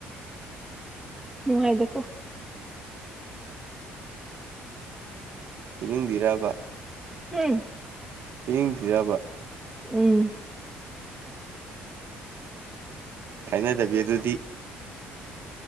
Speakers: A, in the centre; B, on the right.
A: ꯅꯨꯡꯥꯉꯥꯏꯗꯀꯣ
B: ꯄꯤꯅꯤꯡꯗꯤꯔꯕ
A: ꯎꯝ
B: ꯄꯤꯅꯤꯡꯗꯤꯔꯕ
A: ꯎꯝ
B: ꯀꯥꯏꯅꯗꯕꯤ ꯑꯗꯨꯗꯤ